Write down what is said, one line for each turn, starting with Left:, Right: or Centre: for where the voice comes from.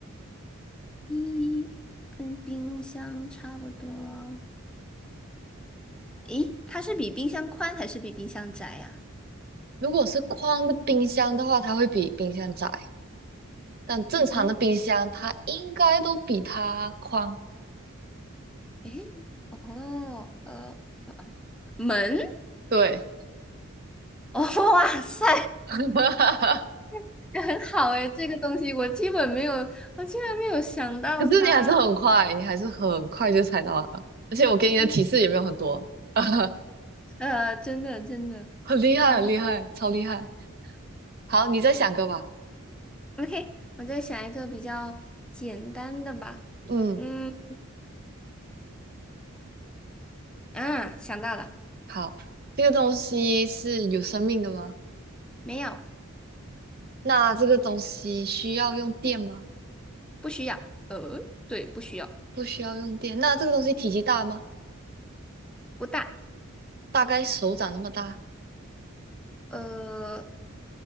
Centre: 一跟冰箱差不多。诶，它是比冰箱宽还是比冰箱窄呀、
Right: 如果是宽的冰箱的话，它会比冰箱窄，但正常的冰箱它应该都比它宽。
Centre: 比冰，诶，哦，呃，门，
Right: 对，
Centre: 哦，哇塞，
Right: <laughs> 可
Centre: <laughs> 很好诶，这个东西我基本没有，我竟然没有想到它。
Right: 是你还是很快，你还是很快就猜到了，而且我给你的提示也没有很多，
Centre: 嗯
Right: <laughs>
Centre: 呃，真的真的，
Right: 很厉害，
Centre: 好好
Right: 很厉害，超厉害。好，你再想个吧。
Centre: ，OK，我再想一个比较简单的吧。
Right: 嗯，
Centre: 嗯啊，想到了。
Right: 好，这个东西是有生命的吗？
Centre: 没有，
Right: 那这个东西需要用电吗？
Centre: 不需要。呃，对，不需要，
Right: 不需要用电。那这个东西体积大吗？
Centre: 不大。
Right: 大概手掌那么大，
Centre: 呃，